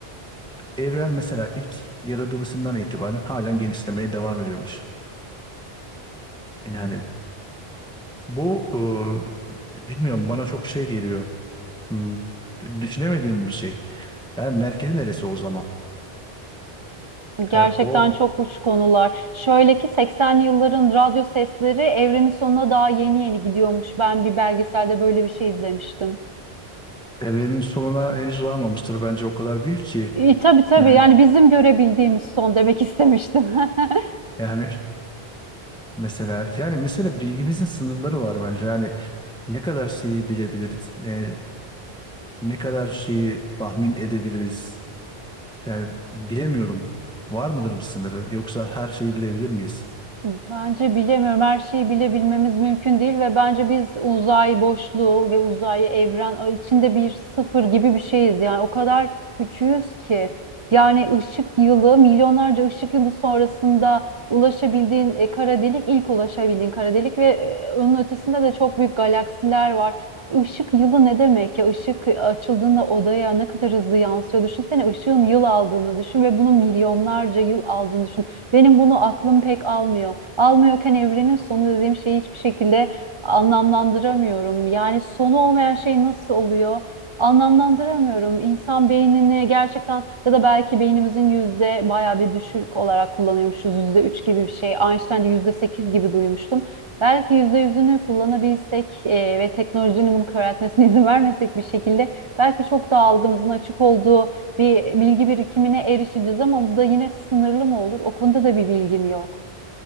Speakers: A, in the centre; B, on the right.
A: evren mesela ilk yaratılışından itibaren halen genişlemeye devam ediyormuş. Yani bu e, bilmiyorum bana çok şey geliyor Hmm, düşünemediğim bir şey. Yani merkezi neresi o zaman?
B: Gerçekten
A: Yani o
B: çok uç konular. Şöyle ki 80'li yılların radyo sesleri evrenin sonuna daha yeni yeni gidiyormuş. Ben bir belgeselde böyle bir şey izlemiştim.
A: evrenin sonuna henüz varmamıştır bence o kadar büyük ki
B: E, tabii tabii
A: yani
B: yani bizim görebildiğimiz son demek istemiştim. <laughs>
A: yani Mesela yani mesela bilgimizin sınırları var bence. Yani ne kadar şeyi bilebiliriz, e, ne kadar şeyi tahmin edebiliriz. Yani bilemiyorum. Var mıdır bir sınırı? Yoksa her şeyi bilebilir miyiz?
B: Bence bilemiyorum. Her şeyi bilebilmemiz mümkün değil ve bence biz uzay boşluğu ve uzay evren içinde bir sıfır gibi bir şeyiz. Yani o kadar küçüğüz ki yani ışık yılı milyonlarca ışık yılı sonrasında ulaşabildiğin e, kara delik ilk ulaşabildiğin kara delik ve e, onun ötesinde de çok büyük galaksiler var. Işık yılı ne demek ya? Işık açıldığında odaya ne kadar hızlı yansıyor. Düşünsene ışığın yıl aldığını düşün ve bunun milyonlarca yıl aldığını düşün. Benim bunu aklım pek almıyor almıyorken evrenin sonu dediğim şeyi hiçbir şekilde anlamlandıramıyorum. Yani sonu olmayan şey nasıl oluyor? Anlamlandıramıyorum. İnsan beynini gerçekten ya da belki beynimizin yüzde bayağı bir düşük olarak kullanıyormuşuz. Yüzde üç gibi bir şey. Einstein'de yüzde sekiz gibi duymuştum. Belki yüzde yüzünü kullanabilsek e, ve teknolojinin bunu köreltmesine <laughs> izin vermesek bir şekilde belki çok daha algımızın açık olduğu bir bilgi birikimine erişeceğiz ama bu da yine sınırlı mı olur? O konuda da bir bilgim yok.